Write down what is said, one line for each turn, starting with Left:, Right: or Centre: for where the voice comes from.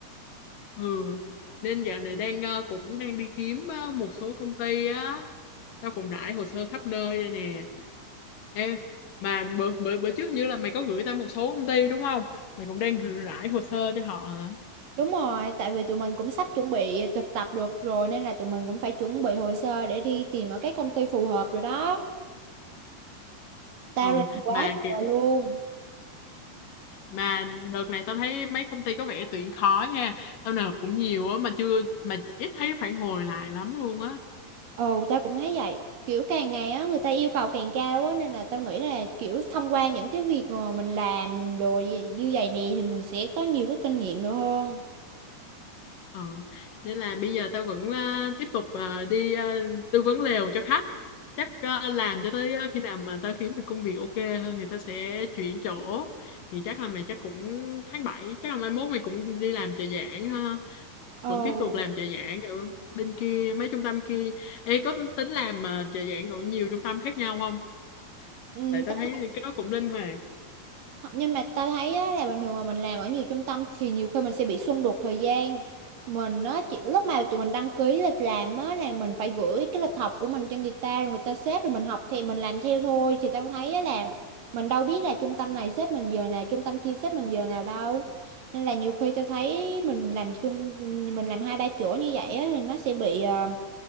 Left: ừ. nên dạo này đang ờ, cũng đang đi kiếm ờ, một số công ty á tao cũng rải hồ sơ khắp nơi đây nè em mà bữa, bữa bữa trước như là mày có gửi tao một số công ty đúng không mày cũng đang rải hồ sơ cho họ hả
Right: Đúng rồi, tại vì tụi mình cũng sắp chuẩn bị thực tập được rồi nên là tụi mình cũng phải chuẩn bị hồ sơ để đi tìm ở các công ty phù hợp rồi đó. Tao
Left: ừ
Right: làm quá
Left: mà
Right: trời
Left: kiểu
Right: luôn.
Left: mà đợt này tao thấy mấy công ty có vẻ tuyển khó nha tao nộp cũng nhiều á mà chưa mà ít thấy phản hồi lại lắm luôn á
Right: Ồ, tao cũng thấy vậy. Kiểu càng ngày á người ta yêu cầu càng cao á nên là tao nghĩ là kiểu thông qua những cái việc mà mình làm đồ gì- như vậy nè thì mình sẽ có nhiều cái kinh nghiệm được hơn.
Left: Ờ, nên là bây giờ tao vẫn ờ, tiếp tục ờ, đi ờ, tư vấn lều cho khách. Chắc ờ, làm cho tới ờ, khi nào mà tao kiếm được công việc ok hơn thì tao sẽ chuyển chỗ. Thì chắc là mày chắc cũng tháng bảy chắc là mai mốt mày cũng đi làm trợ giảng ha.
Right: Ồ,
Left: Vẫn tiếp tục làm trợ giảng ở bên kia, mấy trung tâm kia. Ê, có tính làm ờ, trợ giảng của nhiều trung tâm khác nhau không?
Right: ừ,
Left: Tại tao
Right: tao
Left: thấy cái đó cũng linh hoạt.
Right: Hoặc- Nhưng mà ta thấy á, là bình thường mà mình làm ở nhiều trung tâm thì nhiều khi mình sẽ bị xung đột thời gian. Mình á, chỉ, lúc mà tụi mình đăng ký lịch làm á, là mình phải gửi cái lịch học của mình cho người ta, rồi người ta xếp rồi mình học thì mình làm theo thôi. Thì tao thấy á, là mình đâu biết là trung tâm này xếp mình giờ nào, trung tâm kia xếp mình giờ nào đâu. Nên là nhiều khi tao thấy mình làm chung, mình làm hai ba chỗ như vậy á, thì nó sẽ bị ờ,